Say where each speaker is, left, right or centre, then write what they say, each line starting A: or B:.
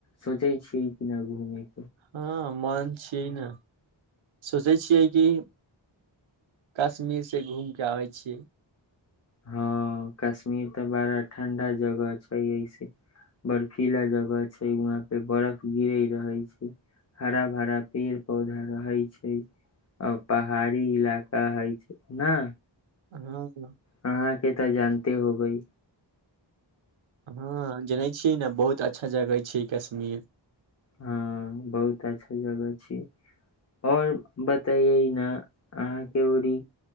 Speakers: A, on the left; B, on the right.
A: सोचै छियै कि न <unintelligible>
B: हँ मन छिय ने सोचै छियै कि कश्मीर से घूम क आबै छियै
A: हँ कश्मीर तऽ बड़ा ठण्डा जगह छै ऐसे बर्फीला जगह छै वहाँ पे बर्फ गिरे रहै छै हरा भरा पेड़ पौधा रहै छै आर पहाड़ी इलाका हइ छै ने
B: हँ
A: अहाँके तऽ जानते हो गै
B: हँ जनै छियै ने बहुत अच्छा जगह छै कश्मीर
A: हँ बहुत अच्छा जगह छीिय आओर बतैै ने अहाँके ओरीी